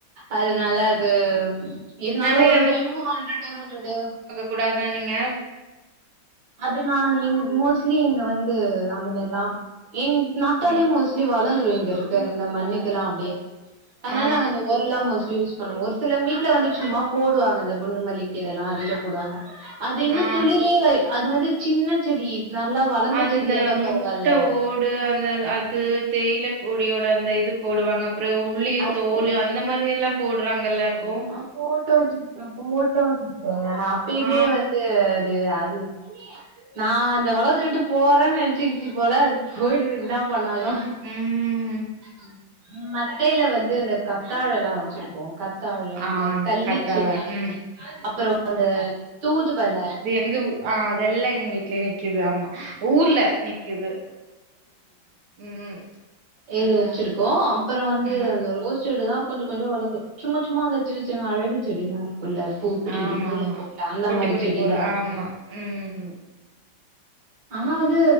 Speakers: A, on the right (about 60°); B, on the right (about 85°).
A: அதனால
B: ம்
A: அது இருந்தாலு
B: நெறைய
A: ஒரு ஒரு டைமு ஹண்ட்ரடு ஹண்ட்ரடு
B: குடாத நீங்க
A: அது நா மோஸ்ட்லி இங்க வந்து அந்த மாதிரில்லா இங் நாட்டாலேயே
B: ம்
A: மோஸ்ட்லி வளர்ந்துருங்க இங்க இருக்கு இந்த மண்ணுக்குெல்லா அப்படியே அதனால
B: ஆ
A: நாங்க அந்த ஓர எல்லா மோஸ்லி ஒரு சிலவங்க வீட்டுல வந்துட்டு சும்மா போடுவாங்க இந்த குண்டு மல்லிக்கு இதெல்லா அடில போடுவாங்க அது இன்னு
B: ஆ
A: துளிரே அது வந்து சின்ன செடி நல்லா வளர்ந்த
B: அது
A: செடிய
B: இந்த
A: இருந்தா
B: முட்
A: பரவால்ல
B: ட ஓடு அந்த அது தேயில பொடியோட அந்த இது போடுவாங்க உள்ளி
A: அது
B: தோல் அந்த மாதிரி எல்லா போடுறாங்கல்ல இப்போ
A: அதெல்லா போட்டோ ச போட்டோ சரு ஆனா அப்பயுமே
B: ஆ
A: வந்து அது அது நா இந்த உலகத்த விட்டு போறேன்னு நெனைச்சிக்கிச்சு போல போயிடு என்ன பண்ணாலு
B: ம்
A: மத் மட்டையில வந்து இந்த கத்தாழ எல்லாம் வச்சிருக்கோ தாழையா அந்த
B: ஆ
A: கல்லிச்சடி
B: கத்தாழ ம்
A: அப்றோ அந்த தூதுவள
B: இங்க ஆ அதெல்லா எங்க வீ வீட்லே நிக்குது ஆமா ஊர்ல நிக்குது ம்
A: எது வச்சிருக்க ஓ அப்றோ அந்த
B: ம்
A: ரோஸ் செடி தா கொஞ்ச கொஞ்ச வள சும்மா சும்மா அந்த சின்ன சின்ன அழகு செடி லா இருக்குல்ல பூ குட்டிக்குட்டு
B: ஆமா
A: பூலா
B: ஆமா
A: பூக்குல அந்த
B: குட்டி
A: மாரி
B: குட்டி
A: செடில்லா
B: போடு
A: வந்துருக்கு
B: ஆமா ம்
A: ஆனா வந்து